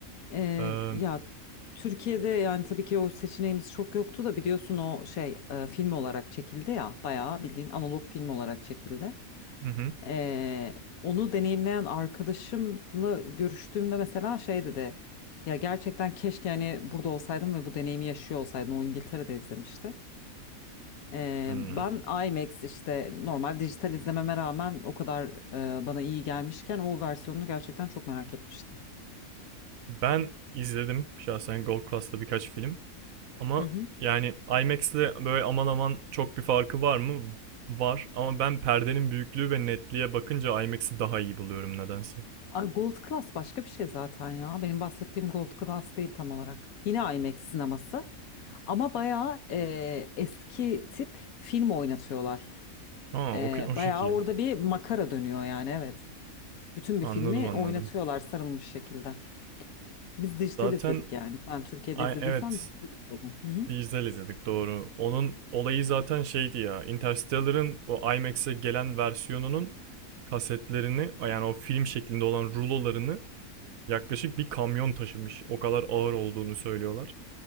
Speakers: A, on the left; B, on the right.
A: Ee,
B: Ee,
A: ya Türkiye'de yani tabii ki o seçeneğimiz çok yoktu da biliyorsun o şey e, film olarak çekildi ya bayağı bildiğin analog film olarak çekildi.
B: hı hı.
A: Ee, onu deneyimleyen arkadaşımla görüştüğümde mesela şey dedi ya gerçekten keşke hani burada olsaydım ve bu deneyimi yaşıyor olsaydım o İngiltere'de izlemişti. Ee,
B: Hmm.
A: ben IMAX işte normal dijital izlememe rağmen o kadar e, bana iyi gelmişken o versiyonunu gerçekten çok merak etmiştim.
B: Ben izledim şahsen Gold Class'ta birkaç film. Ama
A: Hı hı.
B: yani IMAX'le böyle aman aman çok bir farkı var mı? Var ama ben perdenin büyüklüğü ve netliğe bakınca IMAX'i daha iyi buluyorum nedense.
A: Ay, Gold Class başka bir şey zaten ya. Benim bahsettiğim Gold Class değil tam olarak. Yine IMAX sineması ama bayağı e, eski tip film oynatıyorlar.
B: Ha
A: E,
B: o, o
A: bayağı
B: şekil.
A: orada bir makara dönüyor yani evet. Bütün
B: Anladım
A: bir filmi
B: anladım.
A: oynatıyorlar sarılmış şekilde. Biz dijital
B: Zaten
A: izledik yani. Sen Türkiye'de
B: ay,
A: izlediysen
B: evet
A: dijital izledin. Hı hı.
B: Dijital izledik doğru. Onun olayı zaten şeydi ya. Interstellar'ın o IMAX'e gelen versiyonunun kasetlerini yani o film şeklinde olan rulolarını yaklaşık bir kamyon taşımış. O kadar ağır olduğunu söylüyorlar.